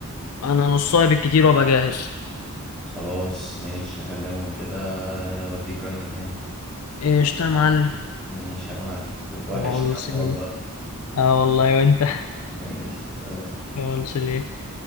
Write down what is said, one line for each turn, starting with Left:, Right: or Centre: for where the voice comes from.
Left: انا نصها بالكتير وابقى جاهز
Centre: خلاص ماشي هكلمهم كده واديك رنة تاني
Left: ايش يا معلم
Centre: ماشي يا معلم كنت وحشني
Left: ما هو نص
Centre: يا عم والله
Left: ليه اه والله وانت <laughs>
Centre: ماشي سلام
Left: ما هو نص ليه